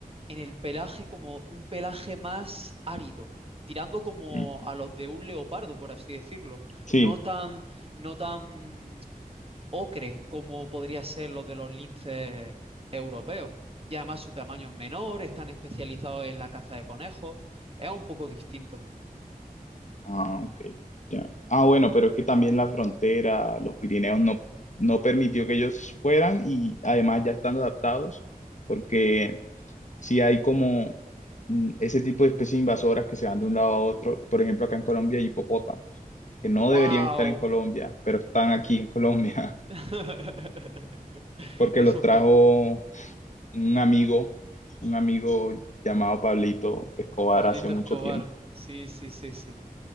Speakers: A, on the right; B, on the left.
A: en el pelaje, como un pelaje más árido, tirando como
B: Mm.
A: a los de un leopardo, por así decirlo.
B: Sí.
A: No tan, no tan Ocre, como podría ser los de los linces europeos. Y además su tamaño es menor, están especializados en la caza de conejos, es un poco distinto.
B: Ah, ok, ya. Ah, bueno, pero es que también la frontera, los Pirineos no, no permitió que ellos fueran y además ya están adaptados porque si hay como mm, ese tipo de especies invasoras que se van de un lado a otro, por ejemplo acá en Colombia hay hipopótamos que no
A: ¡Wow!
B: deberían estar en Colombia, pero están aquí en Colombia <laughs>
A: <laughs>
B: porque
A: Eso
B: los trajo
A: fue
B: un amigo, un amigo llamado Pablito Escobar
A: Pablito
B: hace mucho
A: Escobar.
B: tiempo.
A: Sí, sí, sí, sí.